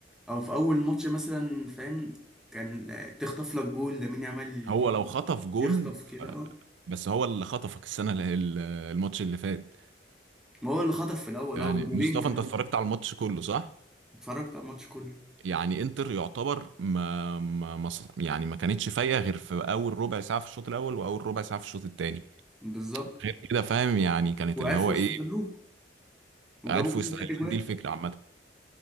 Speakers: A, in the centre; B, on the right.
A: او في اول ماتش مثلا فاهم كان تخطف لك جول لامين يامال
B: هو لو خطف جون
A: يخطف
B: ف...
A: كده اه
B: بس هو اللي خطفك السنة اللي ال- الماتش اللي فات
A: ما هو اللي خطف في الاول
B: يعني
A: اه وجولين
B: مصطفى
A: كمان
B: انت اتفرجت على الماتش كله صح؟
A: اتفرجت على الماتش كله
B: يعني انتر يعتبر ما, ما... ما ص- يعني ما كانتش فايقة غير في اول ربع ساعة في الشوط الاول واول ربع ساعة في الشوط الثاني
A: بالظبط
B: غير كده فاهم يعني كانت
A: وعرفوا
B: اللي هو ايه
A: يستغلوه وجابوا
B: عرفوا
A: فيهم
B: يستغلون
A: تلات اجوال
B: دي الفكرة عامة